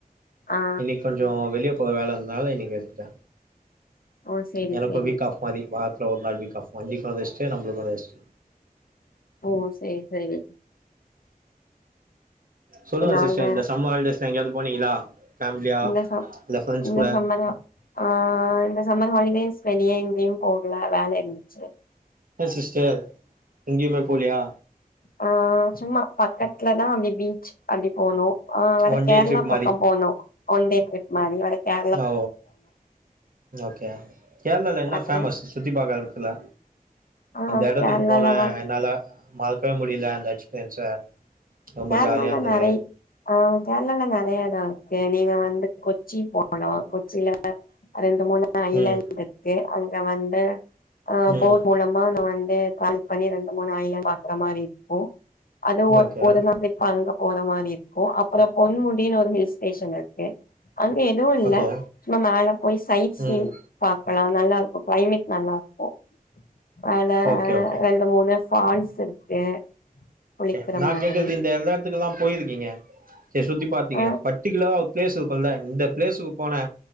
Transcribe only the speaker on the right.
இன்னிக் கொஞ்சோ வெளிய போற வேல இருந்தனால இன்னிக்கு எடுத்த
எனக்கு
வீக் ஆஃப் பாதி வாரத்துல ஒரு நாள் வீக் ஆஃப் மாதிரி இப்ப ரெஸ்டு நம்மளுக்கு ஒரு ரெஸ்டு
சொல்லுங்க
சிஸ்டர் இந்த சம்மர் ஹாலிடேஸ்ல எங்கயாவது போனீங்களா ஃபேமிலியா
இல்ல ஃப்ரெண்ட்ஸ்
கூட
ஏ சிஸ்டர் எங்கயுமே போலியா
ஒன்
டே ட்ரிப்
மாரி
ஓ ஓகே கேரளால என்ன
ஃபேமஸ் சுத்தி பாக்கற எடத்துல
இந்த எடத்துக்கு
போனே
அதுனால மறக்கவே முடியல அந்த எக்ஸ்பீரியன்ஸ ரொம்ப
ஜாலியா இருந்தது
ம்
ம்
ஓகே
ஓகே
ம்
ஓகே
ஓகே
டே நா
கேக்கறது இந்த எல்லா எடத்துக்கலா போயிருக்கீங்க சரி சுத்தி பாத்தீங்க
பர்டிகுலரா பிளேஸு இருக்குல இந்த பிளேஸுக்கு போனே